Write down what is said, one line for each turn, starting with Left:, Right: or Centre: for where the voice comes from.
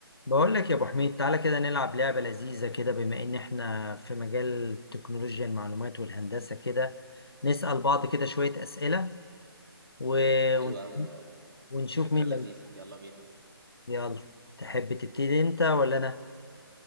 Left: بقول لك يا ابو حميد تعالى كده نلعب لعبة لذيذة كده بما ان احنا في مجال تكنولوجيا المعلومات والهندسة كده نسأل بعض كده شوية أسئلة و...
Right: حلو
Left: ون-
Right: قوي
Left: ونشوف
Right: فكرة
Left: مين
Right: لذيذة
Left: اللي هيكسب.
Right: يلا بينا
Left: يلا تحب تبتدي انت ولا انا